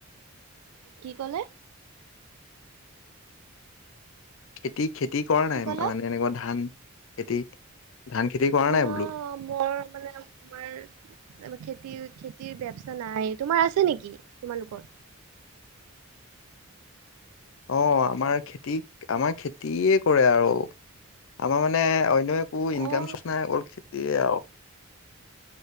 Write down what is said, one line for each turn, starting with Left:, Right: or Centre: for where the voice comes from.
Right: কি কলে
Left: খেতি-খেতি কৰা
Right: কি
Left: নাই
Right: ক'লা
Left: মানে এনেকুৱা ধান খেতি ধান খেতি কৰা নাই
Right: না
Left: বোলো
Right: মোৰ মানে তোমাৰ খেতি-খেতিৰ বেবচা নাই তোমাৰ আছে নেকি তোমালোকৰ
Left: অ আমাৰ খেতি আমাৰ খেতিয়ে কৰে আৰু আমাৰ মানে অন্য এক একো
Right: অ',
Left: ইনকাম চৰ্চ নাই অকল খেতিয়ে আৰু